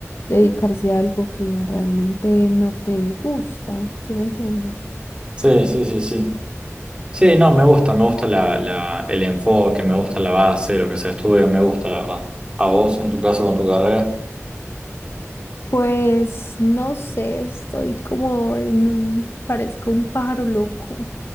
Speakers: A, on the left; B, on the right.
A: dedicarse a algo que realmente no te gusta, ¿sí me entiendes?
B: Sí, sí, sí, sí. Sí, no, me gusta, me gusta la, la- el enfoque, me gusta la base, lo que se estudia, me gusta, la verdad. A vos, en tu caso, con tu carrera.
A: Pues no sé, estoy como en un, parezco un pájaro loco.